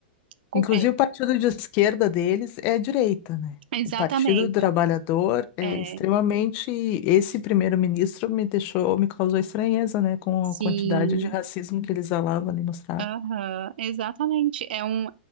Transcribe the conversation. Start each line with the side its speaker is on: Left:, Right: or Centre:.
Right: com-
Left: Inclusive, o partido de esquerda deles é a direita, né?
Right: é, exatamente,
Left: O Partido do Trabalhador é
Right: é,
Left: extremamente. Esse primeiro-ministro me deixou, me causou estranheza, né? Com
Right: sim.
Left: a quantidade de racismo que ele exalava ali, mostrava.
Right: Aham, exatamente. É um,